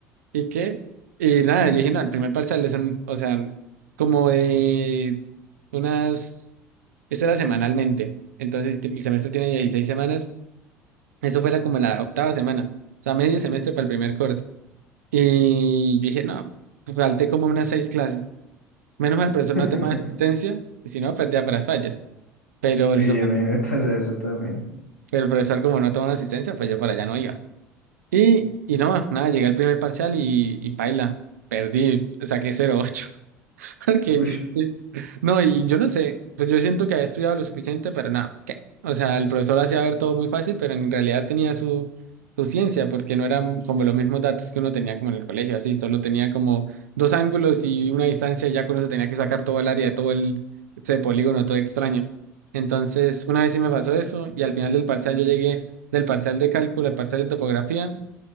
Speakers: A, on the right; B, on the left.
A: y qué? Y nada, yo dije, no, el primer parcial es, un- o sea, como de unas, eso era semanalmente, entonces el semestre tiene 16 semanas, eso fuera como la octava semana, o sea, medio semestre para el primer corte. Y yo dije, no, falté como unas seis clases. Menos mal el profesor
B: <laughs>
A: no toma asistencia, y si no, perdía para las fallas. Pero el,
B: Y
A: suma-
B: a mí me pasa eso también.
A: pero el profesor, como no tomó asistencia, pues yo para allá no iba. Y, y no, nada, llegué al primer parcial y, y paila, perdí, saqué 0.8. <laughs> Porque,
B: Uy,
A: sí. no, y yo no sé, pues yo siento que había estudiado lo suficiente, pero nada, ¿qué? O sea, el profesor hacía ver todo muy fácil, pero en realidad tenía su, su ciencia, porque no eran como los mismos datos que uno tenía como en el colegio, así, solo tenía como dos ángulos y una distancia, ya que uno se tenía que sacar todo el área de todo el, ese polígono, todo extraño. Entonces, una vez sí me pasó eso, y al final del parcial yo llegué del parcial de cálculo al parcial de topografía,